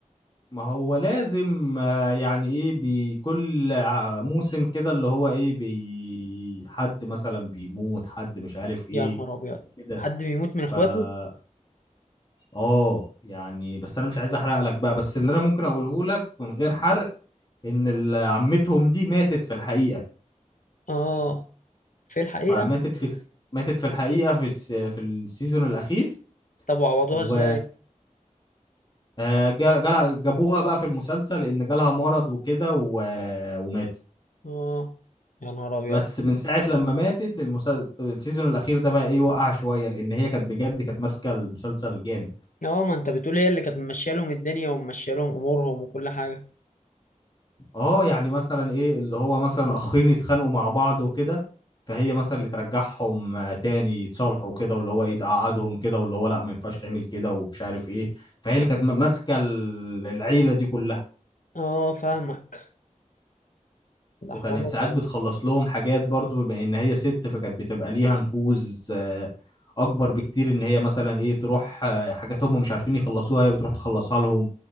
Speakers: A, on the left; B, on the left.
A: ما هو لازم آه، يعني إيه بكل ع- موسم كده اللي هو إيه بي حد مثلا بيموت حد مش عارف إيه
B: يا نهار ابيض
A: كده
B: حد بيموت من
A: فا
B: اخواته
A: آه يعني بس أنا مش عايز أحرق لك بقى بس اللي أنا ممكن أقوله لك من غير حرق إن ال- عمتهم دي ماتت في الحقيقة
B: اه في الحقيقة
A: فماتت في الس- ماتت في الحقيقة في الس- في السيزون الأخير
B: طب وعوضوها
A: و
B: ازاي
A: آه، جا- جالها- جابوها بقى في المسلسل إن جالها مرض وكده و- وماتت
B: اه يا نهار ابيض
A: بس من ساعة لما ماتت المسلسل السيزون الأخير ده بقى إيه وقع شوية لأن هي كانت بجد كانت ماسكة المسلسل جامد
B: اه ما انت بتقول هي اللي كانت ممشيه لهم الدنيا وممشيه لهم امورهم وكل حاجة
A: أه يعني مثلا إيه اللي هو مثلا أخين يتخانقوا مع بعض وكده فهي مثلا اللي ترجعهم آه، تاني يتصالحوا كده واللي هو إيه تقعدهم كده واللي هو لأ ما ينفعش تعمل كده ومش عارف إيه فهي اللي كانت ماسكة ال- العيلة دي كلها
B: اه فاهمك ده
A: وكانت
B: حوارات
A: ساعات
B: يعني
A: بتخلص لهم حاجات برضو بما ان هي ست فكانت بتبقى ليها نفوذ آه، اكبر بكتير ان هي مثلا ايه تروح آه، حاجات هم مش عارفين يخلصوها هي بتروح تخلصها لهم